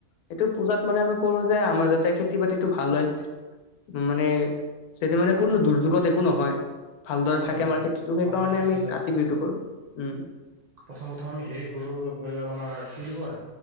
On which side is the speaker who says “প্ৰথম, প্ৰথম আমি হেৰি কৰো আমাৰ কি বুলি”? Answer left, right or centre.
Right